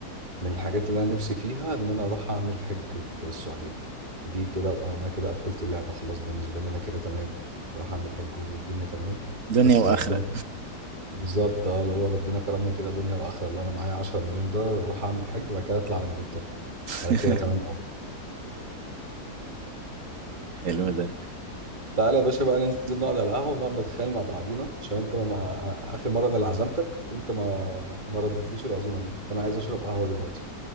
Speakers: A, on the right (about 30°); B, on the right (about 55°).
A: من الحاجات اللي انا نفسي فيها ان انا اروح اعمل حج في السعوديه دي كده ابقى انا كده قفلت اللعبه خلاص بالنسبه لي انا كده تمام اروح اعمل حج والدنيا تمام
B: دنيا
A: بس
B: واخرة
A: ربنا بالظبط اه لو هو ربنا كرمني كده دنيا واخره لو انا معايا 10 مليون دولار واروح اعمل حج بعد كده اطلع على انجلترا
B: <laughs>
A: انا كده تمام
B: حلو ده
A: تعالى يا باشا بقى ننزل نقعد على القهوة ونقعد نتخيل مع بعضينا عشان انت ما آخر مرة انا اللي عزمتك وانت ما ما ردتليش العزومة دي فانا عايز اشرب قهوة دلوقتي